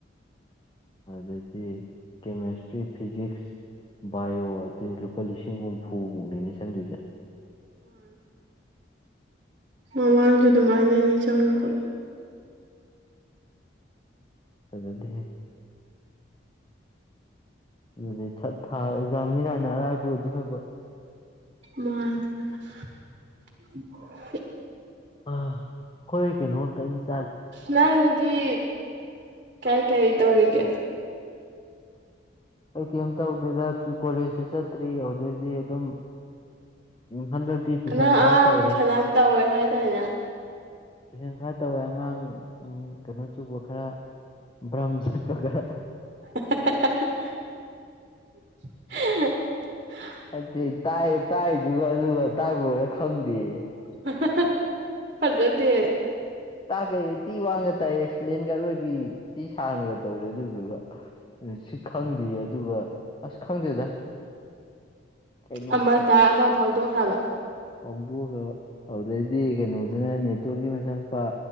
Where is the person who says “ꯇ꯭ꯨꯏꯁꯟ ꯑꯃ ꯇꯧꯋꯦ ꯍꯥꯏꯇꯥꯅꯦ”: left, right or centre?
Right